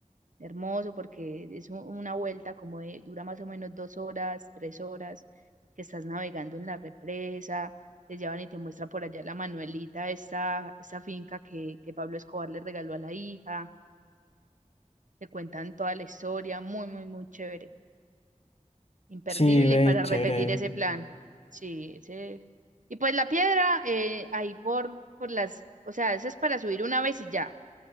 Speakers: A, on the right; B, on the left.
A: hermoso porque es u- una vuelta como de, dura más o menos dos horas, tres horas, que estás navegando en la represa, te llevan y te muestra por allá la Manuelita, esa, esa finca que, que Pablo Escobar le regaló a la hija, te cuentan toda la historia, muy, muy, muy chévere. Imperdible
B: Sí, ve,
A: y para
B: chévere.
A: repetir ese plan. Sí, ese. Y pues la piedra, eh, ahí por, por las, o sea, eso es para subir una vez y ya.